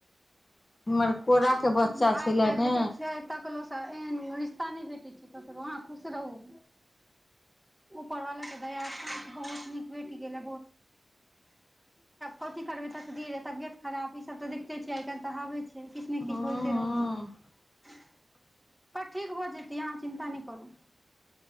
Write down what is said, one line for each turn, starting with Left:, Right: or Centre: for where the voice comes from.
Left: <unintelligible>
Centre: आइ
Left: छलै
Centre: काल्हि
Left: ने
Centre: देखय छियैक आ तकलो सँ एहन रिश्ता नहि भेटैत अछि। ककरो अहाँ खुश रहू उपर वाला केँ दयासँ बहुत नीक भेट गेल कथी करबय तकदीर तबियत खराब ई सब त देखते छियैक आइ काल्हि तऽ हाबा बहय छैक। किछ
Left: हूँ हूँ
Centre: होइते रहैत छैक। पर ठीक भऽ जेतय अहाँ चिन्ता नहि करू।